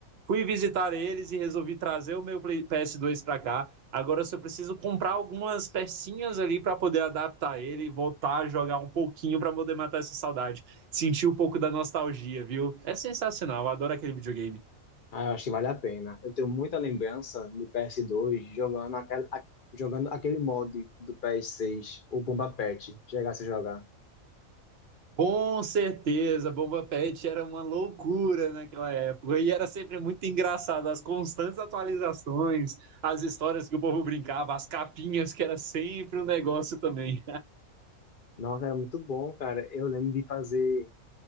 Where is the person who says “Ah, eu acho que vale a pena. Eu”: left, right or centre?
Left